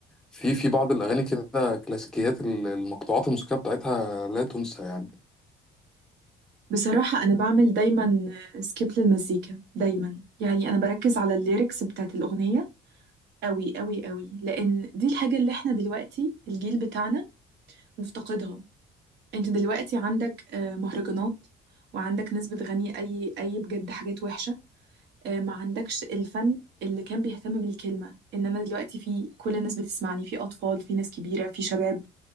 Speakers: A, in the centre; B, on the right.
A: في في بعض الأغاني كده كلاسيكيات ال- المقطوعات الموسيقية بتاعتها لا تنسى يعني
B: بصراحة أنا بعمل دايما سكيب للمزيكا دايما يعني أنا بركز على الليركس بتاعت الأغنية أوي أوي أوي لأن دي الحاجة اللي إحنا دلوقتي الجيل بتاعنا مفتقدها أنت دلوقتي عندك آه، مهرجانات وعندك ناس بتغني أي أي بجد حاجات وحشة آه، ما عندكش الفن اللي كان بيهتم بالكلمة إنما دلوقتي في كل الناس بتسمعني في أطفال في ناس كبيرة في شباب